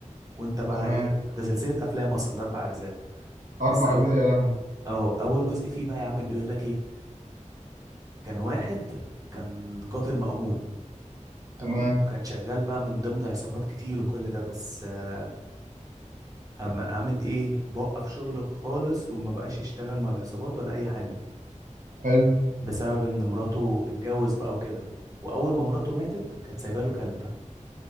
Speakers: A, on the right; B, on the right.
A: وانت بقى
B: تمام
A: ايه ده سلسله افلام اصلا ده اربع اجزاء
B: اربع
A: بس أو...
B: اجزاء يا لهوي
A: أو اول جزء فيه بقى يا عم بيقول لك ايه كان واحد كان قاتل مأجور تمام
B: تمام
A: وكان شغال بقى من ضمن عصابات كتير وكل ده بس آه، اما اعمل ايه بوقف شغله خالص وما بقاش يشتغل مع العصابات ولا اي حاجه
B: حلو
A: بسبب ان مراته اتجوز بقى وكده واول ما مراته ماتت كانت سايبه له كلب